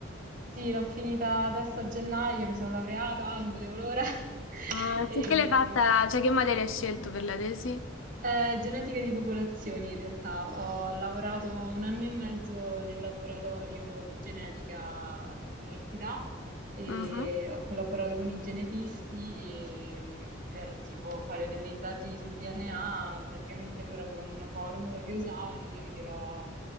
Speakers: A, on the right (about 45°); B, on the left (about 85°).
A: Sì, l'ho finita adesso a gennaio, mi sono laureata, non vedevo l'ora. <laughs>
B: Ah,
A: E...
B: tu che l'hai fatta? Cioè, che materia hai scelto per la tesi?
A: Eh, genetica di popolazioni, in realtà. Ho lavorato un anno e mezzo nel laboratorio di genetica dell'università e
B: Mhm.
A: ho collaborato con i genetisti e, per tipo fare delle indagini sul DNA. Praticamente loro avevano una formula che usavano, io gliel'ho